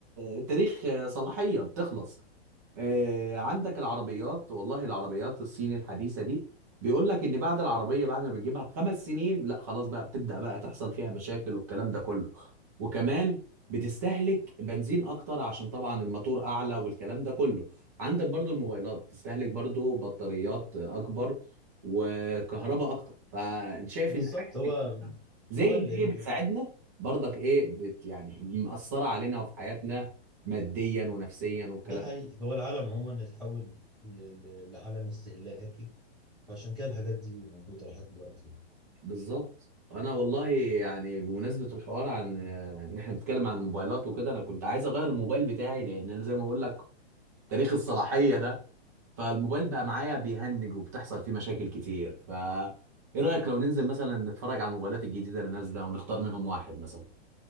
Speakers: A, on the right; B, in the centre.
A: آه، تاريخ آه، صلاحية بتخلص آه، عندك العربيات والله العربيات الصين الحديثة دي بيقول لك ان بعد العربية بعد ما بتجيبها بخمس سنين لا خلاص بقى بتبدأ بقى تحصل فيها مشاكل والكلام ده كله وكمان بتستهلك بنزين اكتر عشان طبعا الماتور اعلى والكلام ده كله عندك برضو الموبايلات بتستهلك برضو بطاريات اكبر وكهرباء اكتر فشايف
B: بالظبط
A: ان الحاجات دي
B: هو
A: كلها زي
B: هو ال...
A: ان هي
B: ال-
A: بتساعدنا
B: ال-
A: برضك ايه بت يعني مأثرة علينا وفي حياتنا ماديا ونفسيا والكلام
B: ده حقيقي هو العالم عموما اتحول ل- ل- لعالم استهلاكي فعشان كده الحاجات دي موجودة لحد دلوقتي يعني.
A: بالظبط انا والله يعني بمناسبه الحوار عن آه، ان احنا بنتكلم عن الموبايلات وكده انا كنت عايز اغير الموبايل بتاعي لان انا زي ما بقول لك تاريخ الصلاحيه ده فالموبايل بقى معايا بيهنج وبتحصل فيه مشاكل كتير ف ايه رايك لو ننزل مثلا نتفرج على الموبايلات الجديده اللي نازله ونختار منهم واحد مثلا